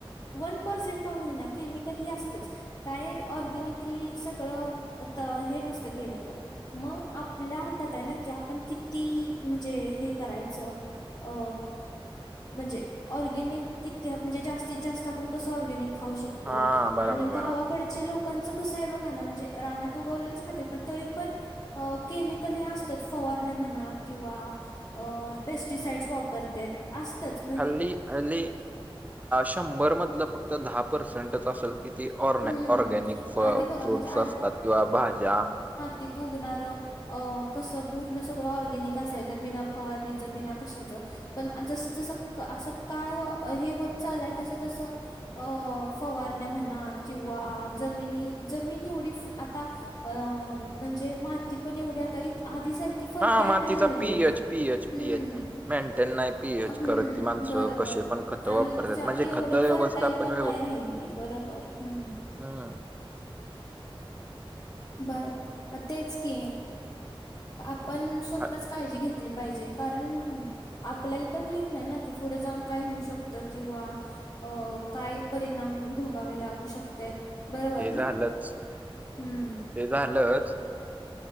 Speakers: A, on the left; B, on the right.
A: वन पर्सेंट का होईना केमिकल हे असतच. काय ऑर्गॅनिकली सगळं आता हे नसत केलेलं. म आपल्या हातात आहे ना कि आपण किती म्हणजे हे करायचं. अ म्हणजे ऑर्गेनिक किती आप म्हणजे जास्तीत जास्त आपण कसं ऑर्गेनिक खाऊ शकतो. तो
B: हा बरोबर
A: आणि
B: बरोबर
A: गावाकड. लोकांच कस आहे बघा ना म्हणजे राणा तुगवले खातात पण तरी पण. अ केमिकल हे असतात फवारण्या म्हणा किंवा. अ पेस्टिसाईड्स वापरत. असतंच.
B: हल्ली हल्ली शंभर मधलं फक्त दहा पर्सेंटच असेल. किती ऑरन
A: हम्म
B: ऑर्गॅनिक फ्रूट्स
A: आधी बघा म्हणजे
B: असतात किंवा भाज्या.
A: तिथ उघणार. अ कसं पूर्ण सगळं ऑर्गॅनिक असायचं बिना फवारणीचं बिना कशाचं. पण जस जसं असं काळ हे होत चाललंय तसं तसं अ. फवारण्या म्हणा किंवा जमिनी जमिनी एवढी आता. अ म्हणजे माती पण एवढी आता आधी सारखी. कि फरटाईल
B: हां, मातीचा
A: नाही राहिलेली
B: पी-एच, पी-एच,
A: हम्म
B: पी-एच मेंटेन नाही पी-एच
A: हम्म
B: करत ती माणसं.
A: बर
B: कसे
A: बर.
B: पण खतं
A: आणि
B: वापरतात. म्हणजे
A: एवढी
B: खतं व्यवस्थापन
A: फर्टाईल पण नाही राहिली बरोबर हम्.
B: हा.
A: बरोबर म तेच की आपण स्वतःच
B: हां,
A: काळजी घेत. पाहिजे कारण. आपल्याला तर माहित नाही ना कि पुढे जाऊन काय होऊ शकतं किंवा. अ काय परिणाम भोगावे लागू शकतात. बरोबर
B: ते
A: ना
B: झालंच
A: हम्म
B: ते झालंच.